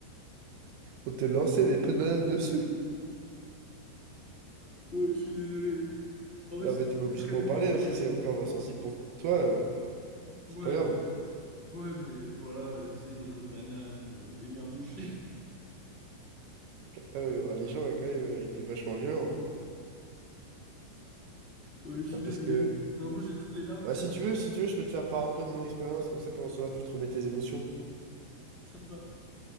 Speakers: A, on the right (about 75°); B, on the left (about 75°).
A: On te lançait des pots de banane dessus.
B: Ouais, je suis désolé. Oh,
A: Non,
B: c'est
A: mais t'es
B: c'est
A: pas obligé
B: très
A: de m'en
B: douloureux
A: parler, hein, si
B: comme
A: c'est
B: moment.
A: encore euh, sensible pour toi, euh,
B: Ouais,
A: c'est pas grave.
B: ouais. Ouais, mais voilà, euh, tu sais, des pots de banane, euh, des merdes de chien. <laughs>
A: Ah oui, ouais, les gens, ont quand même, euh, été vachement violents.
B: Ouais, je suis
A: hein, parce
B: désolé.
A: que
B: Vraiment, j'ai toutes les larmes
A: Bah,
B: qui
A: si
B: arrivent.
A: tu veux, si tu veux, je peux te faire part un peu de mon expérience, comme ça pendant ce temps-là, tu te remets tes émotions.
B: <laughs> Ça me va.